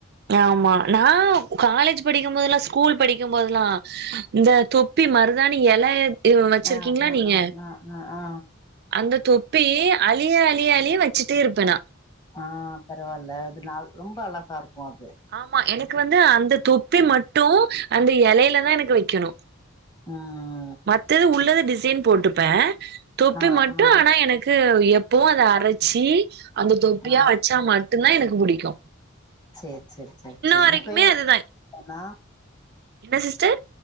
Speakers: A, on the right (about 50°); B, on the left (about 20°).
A: ஆமா நா காலேஜ் படிக்கும்போதுலா ஸ்கூல் படிக் கும்போதெல்லா இந்த தொப்பி மருதாணி எலய இவ் வச்சிருக்கீங்ளா
B: ஆ ஆ
A: நீங்க
B: ஆ ஆ ஆ ஆ
A: அந்த தொப்பி அழிய அழிய அழிய வச்சுட்டே இருப்பே நா
B: ஆ பரவால்ல அது நா ரொம்ப அழகா இருக்கு அது
A: ஆமா எனக்கு வந்து அந்த தொப்பி மட்டு அந்த எலைல தா எனக்கு வெக்கணு
B: ம்
A: மத்தது உள்ளத டிசைன் போட்டுப்பே தொப்பி
B: ஆ
A: மட்டு
B: ஆ
A: ஆனா எனக் க்கு எப்பவு அத அரைச்சி அந்த தொப்பியா
B: ஆ
A: வச்சா மட்டு்ந்தா எனக்கு பிடிக்கு
B: சேர் சேரி சேரி சேரி
A: வரைக்குமே
B: இப்பயு அதே
A: அதுதா
B: <inaudible> தானா
A: என்ன சிஸ்டர்